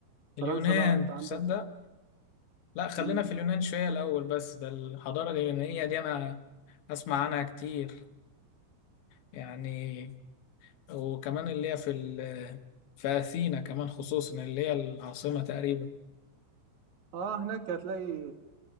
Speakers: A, on the right; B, on the left.
A: فرنسا
B: اليونان
A: بقى أنت عندك
B: تصدق لا خلينا
A: مم.
B: في اليونان شوية الأول بس ده الحضارة اليونانية دي أنا أسمع عنها كتير يعني وكمان اللي هي في ال في أثينا كمان خصوصا اللي هي العاصمة تقريبا
A: اه هناك هتلاقي